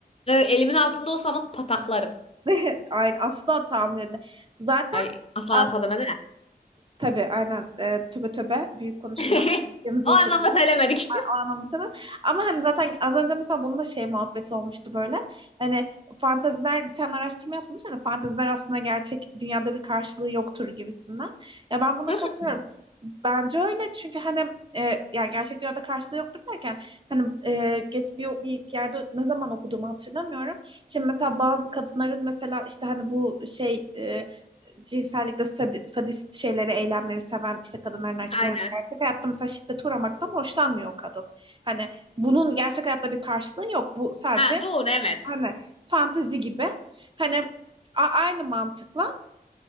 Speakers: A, on the left (about 40°); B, on the right (about 30°).
A: Evet, elimin altında olsa ama pataklarım.
B: <laughs> Aynen asla tahammül edemem. Zaten
A: Ay asla
B: az
A: asla demedim ya.
B: tabii aynen e, töbe töbe büyük konuşmuyorum.
A: <laughs>
B: Yanınıza
A: O anlamda
B: sırıyorum
A: söylemedik.
B: o anlamda Ama hani zaten az önce mesela bunun da şey muhabbeti olmuştu böyle. Hani fanteziler bir tane araştırma yapılmış. Hani fanteziler aslında gerçek dünyada bir karşılığı yoktur gibisinden. Ya ben buna
A: <laughs> Gerçekten
B: katılıyorum.
A: mi?
B: Bence öyle çünkü hani e, yani gerçek dünyada karşılığı yoktur derken hani e, geç bir, bir yerde ne zaman okuduğumu hatırlamıyorum. Şimdi mesela bazı kadınların mesela işte hani bu şey e, cinsellikte sadi- sadist şeyleri, eylemleri seven işte kadınların erkeklerin
A: Aynen.
B: gerçek hayatta mesela şiddete uğramaktan hoşlanmıyor o kadın. Hani bunun gerçek hayatta bir karşılığı yok. Bu sadece
A: Ha doğru evet.
B: hani fantezi gibi. Hani a- aynı mantıkla